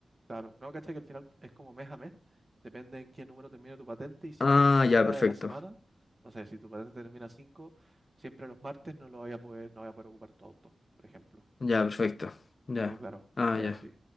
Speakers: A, on the right; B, on the left.
A: claro. No, caché que al final es como mes a mes. Depende en qué número termine tu patente y siempre
B: Ah,
A: el mismo
B: ya,
A: día
B: perfecto,
A: de la semana. No sé, si tu patente termina 5, siempre los martes no lo voy a poder, no voy a poder ocupar tu auto, por ejemplo.
B: ya, perfecto, ya,
A: Pero claro,
B: ah,
A: es
B: ya.
A: así.